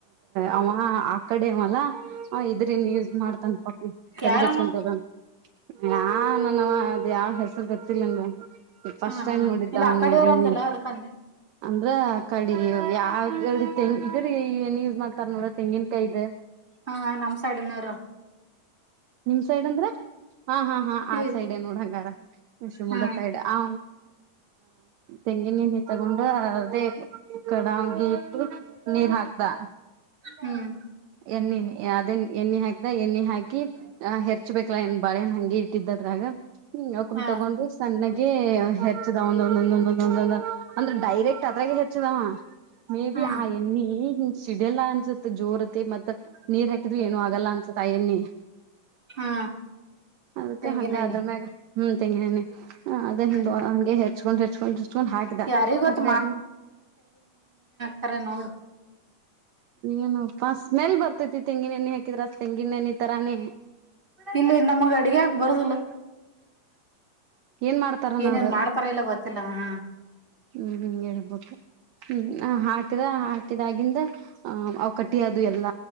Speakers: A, on the right (about 75°); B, on the right (about 30°).
A: ಅವ ಆ ಕಡೆವಲ ಹ್ ಇದ್ರನ್ ಯೂಸ್ ಮಾಡ್ತಾನ ಪಪಿ ತಾಲಿಗ್
B: ಯಾರಮ್ಮ
A: ಹಚ್ಕೊಂತಿವಾಲ. ಯಾ ನನವ ಅದ ಯಾವ ಹೆಸರು ಗೊತ್ತಿಲ್ಲ <unintelligible> ಫಸ್ಟ್
B: ಹಾ
A: ಟೈಮ್
B: ಹಾ
A: ನೋಡಿದ್ದ
B: ಇಲ್ಲ
A: ಅವನು
B: ಆ ಕಡೆಯವ್ರ
A: ವಿಡಿಯೋ
B: ಅಂದಲ್ಲ
A: ನೀ.
B: ಅದಕ್ಕಂದೆ
A: ಅಂದ್ರ ಆ ಕಡೆ ಯಾವೆಂಗ ಇದ್ರ ಏನ್ ಯೂಸ್ ಮಾಡ್ತಾರ ನೋಡ್ರ ತೆಂಗಿನ್ಕಾಯಿ ಇದೆ.
B: ಹಾ ನಮ್ ಸೈಡ್ <unintelligible>
A: ನಿಮ್ ಸೈಡ್ ಅಂದ್ರ ಹಾ ಹಾ ಹಾ
B: ಇಲ್ಲಿ
A: ಆ ಸೈಡ್ ನೋಡ್ಂಗಾರ ಶಿವಮೊಗ್ಗ
B: ಹಾ
A: ಸೈಡ್. ಆ ತೆಂಗಿನ ನೀ ತಗೊಂಡು ಅದೇ. ಕಡಂಗಿ ಹಾಗೆ ಇಟ್ಟು ನೀರ್ ಹಾಕ್ದ.
B: ಹ್ಮ್
A: ಎಣ್ಣೆ ಅದೇ ಎಣ್ಣೆ ಹಾಕ್ತ ಎಣ್ಣೆ ಹಾಕಿ. ಆ ಹೆರ್ಚ್ಬೇಕಲ್ಲಾ ಇನ್ ಬಾಳೆಹಣ್ಣು ಹಂಗಿ ಇಟ್ಟಿದ್ದದ್ರಾಗ ಹ್ಮ ಅವಕೊಂಡ
B: ಹಾ
A: ತಗೊಂಡು. ಸಣ್ಣಗೆ ಹೆಚ್ಚದ ಒಂದೊಂದ ಒಂದೊಂದೊಂದೊಂದ ಅಂದ್ರ ಡೈರೆಕ್ಟ್ ಅದ್ರಾಗ ಹೆಚ್ಚಿದಾವ ಮೇ
B: ಹಾ
A: ಬಿ ಆ ನೀ ಸಿಡಲ್ಲ ಅನ್ಸತ್ ಜೋರತಿ ಮತ್ತ್ ನೀರ್ ಹಾಕಿದವಿ ಏನು ಆಗಲ್ಲ ಅನ್ಸತ್ ಆ ಎಣ್ಣಿ
B: ಹಾ
A: ಅದಕ್ಕ
B: ತೆಂಗಿನೆಣ್ಣೆ
A: ಹಂಗ ಅದ್ರ ಮ್ಯಾಗ ಹ್ಮ ತೆಂಗಿನೇಣ್ಣಿ ಹ ಅದ
B: ಹ್ಮ್
A: ಹಿಂಗ ಹಂಗೆ ಹೆಚ್ಕೊಂಡ್ ಹೆಚ್ಕೊಂಡ್ ಹಚ್ಕೊಂಡ್ ಹಾಕಿದ
B: ಯಾರಿಗ್ ಗೊತ್ತ
A: ಹಾಕಿದಾಗಿ
B: ಕರೆ ನೋಡ್
A: ಏನೂಪ್ಪಾ ಸ್ಮೆಲ್ ಬರ್ತೈತಿ ತೆಂಗಿನ ಎಣ್ಣಿ ಹಾಕಿದ್ರ ತೆಂಗಿನ ಎಣ್ಣಿ ತರಾನೇ
B: ಇಲ್ಲಿಲ್ಲ ನಮಗ್ ಅಡಗ್ಯಾಗ್ ಬರುದಿಲ್ಲ
A: ಏನ್ ಮಾಡ್ತಾರನ
B: ಏನೇನ್
A: ಅವ್ರ
B: ಮಾಡ್ತಾರ ಇಲ್ಲ ಗೊತ್ತಿಲ್ಲ ಹ್
A: ಹ್ಮ್ ಹ್ಮ ಹೇಳ್ಬಕು ಹ್ಮ್ ಹಾಕಿದ ಹಾ ಹಾಕಿದಾಗಿಂದ ಹ ಅವುಕಟ್ಟಿ ಆದುವ್ ಎಲ್ಲ